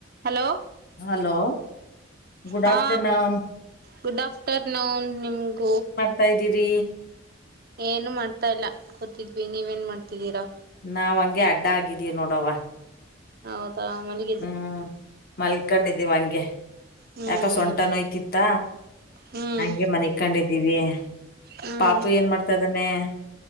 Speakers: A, on the right; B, on the left.
A: ಹಲೋ
B: ಹಲೋ ಗುಡ್
A: ಹಾ
B: ಆಫ್ಟರ್ನೂನ್
A: ಗುಡ್ ಆಫ್ಟರ್ನೂನ್ ನಿಮ್ಗು.
B: ತಾ ಇದ್ದೀರಿ.
A: ಏನು ಮಾಡ್ತಾ ಇಲ್ಲ ಕುತತ್ತಿದ್ವಿ ನೀವೇನ್ ಮಾಡ್ತಿದ್ದೀರಾ.
B: ನಾವ್ ಹಂಗೆ ಅಡ್ಡ ಆಗಿದೀ ನೋಡವ್ವ.
A: ಹೌದಾ ಮಲಿ
B: ಹ್ಮು ಮಲ್ಕೊಂಡಿದ್ದೀವಿ ಹಂಗೆ.
A: ಹ್ಮ್
B: ಯಾಕ ಸೊಂಟ ನೋಯ್ತಿತ್ತ
A: ಹ್ಮ್
B: ಹಂಗೆ ಮನಿಕೊಂಡಿದ್ದೀವಿ.
A: ಹ್ಮ್
B: ಪಾಪು ಏನ್ ಮಾಡ್ತಾ ಇದ್ದಾನೆ.